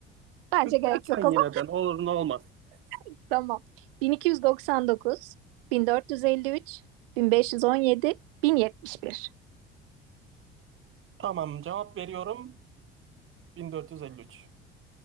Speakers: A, on the right (about 40°); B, on the right (about 65°).
A: şükretsen
B: Bence gerek yok ama.
A: yineden olur ne olmaz.
B: <laughs> Tamam. 1299, 1453, 1517, 1071.
A: Tamam, cevap veriyorum. 1453.